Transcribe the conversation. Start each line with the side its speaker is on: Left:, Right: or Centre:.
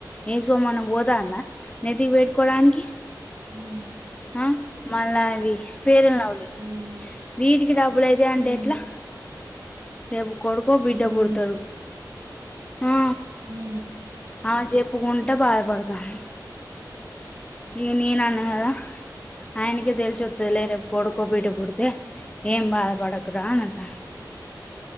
Left: ఏం సోమన్న పోతుందా నెతికి పెట్టుకోడానికి
Right: మ్మ్ మ్మ్
Left: ఆ మళ్ళా అది పేరం లవ్లీ
Right: ఏం కాదు
Left: వీటికి డబ్బు ఇప్పుడు తే అంటే
Right: మ్మ్
Left: ఎట్లా రేపు కొడుకో బిడ్డ
Right: మ్మ్
Left: పుడతడు ఆ
Right: హు
Left: ఆమె చెప్పుకుంటే బాధపడతాంది ఈగ నేనన్నగా ఆయనక తెలిసి వత్తాది లే రేపు కొడుకో బిడ్డ పుడితే ఏం బాధ పడకురా అని అంటా